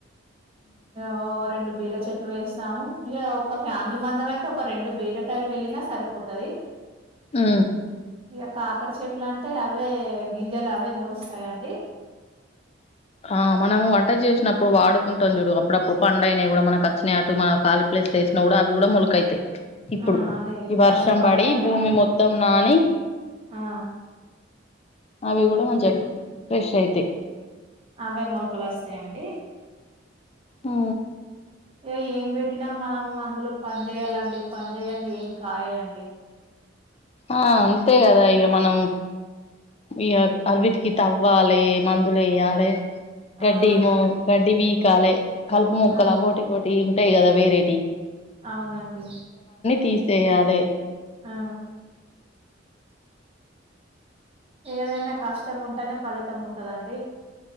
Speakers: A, on the right; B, on the left.
A: ఓ రెండు బీర్ చెట్లు వేస్తాము ఇక ఒక ఫ్యామిలీ మందం అయితే ఒక రెండు బీరకాయలు వెళ్ళిన సరిపోతది
B: ఉ
A: ఇగ కాకరి చెట్లు అంటే అవే గింజలు అవే మొలుస్తాయండీ
B: ఆ మనం వంట చేసినప్పుడు వాడుకుంటాం చూడు అప్పుడప్పుడు పండు అయినవి కూడా మనకు వచ్చినటు మనం వాడుకుంటాం అట్ల వేసిన కూడా అవి కూడా మొలక అయితే ఇప్పుడు
A: ఆ అది
B: ఈ వర్షం
A: పడంగానే
B: పడి భూమి మొత్తం నాని
A: ఆ
B: అవి కూడా మంచిగా ఫ్రెష్ అయితే
A: అవే మూలకలు వస్తాయండి
B: ఆ
A: ఇక ఏం పెట్టినా మనం అందులో పని చేయాలండి పని చేయదీ ఏం కాయాయండి
B: ఆ అంతే కదా ఇక మనం ఇగ అవిటికి అవ్వాలే మందులు వేయాలే గడ్డమో
A: అవునండి
B: గడ్డి పీకాలే కలుపు మొక్కల
A: ఆ
B: అవ్వోటి ఇవ్వోటి ఉంటాయి కదా వేరే
A: అవునండి
B: తీసేయాలి
A: ఆ ఏదైనా కష్టం ఉంటేనే ఫలితం ఉంటదండి